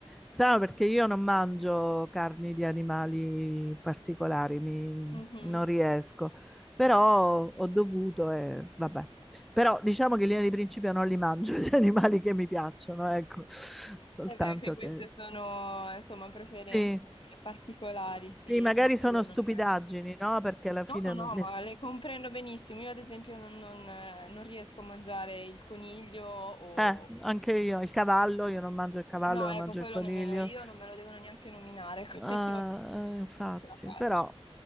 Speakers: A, in the centre; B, on the left.
A: Strano perché io non mangio carni di animali particolari, mi-
B: Mhm.
A: non riesco, però ho dovuto e vabbè. Però diciamo che in linea di principio non li mangio <laughs> gli animali che mi piacciono, ecco, soltanto
B: E beh, anche queste
A: che
B: sono, insomma, preferenze
A: sì.
B: particolari,
A: Sì,
B: sì.
A: magari
B: No,
A: sono
B: io
A: stupidaggini,
B: non...
A: no? Perché alla fine
B: No, no, no,
A: non- ness-
B: ma le comprendo benissimo. Io, ad esempio, non, non- non riesco a mangiare il coniglio o...
A: eh, anche io, il cavallo, io non mangio il cavallo,
B: No,
A: non
B: ecco,
A: mangio
B: quello
A: il coniglio.
B: nemmeno io, non me lo devono neanche nominare, <laughs> quindi
A: Ah,
B: non
A: eh, infatti,
B: non ce la faccio.
A: però,